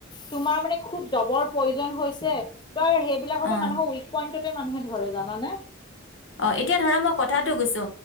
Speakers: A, on the left; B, on the left.
A: তোমাৰ মানে খুব জবৰ প্ৰয়োজন জন হৈছে ত' সেইবিলাকতো
B: অ
A: মানুহৰ উইক পইণ্টত- ত' মানুহে ধৰে জানেনে
B: অ'এতিয়া ধৰা মই কথাটো কৈছো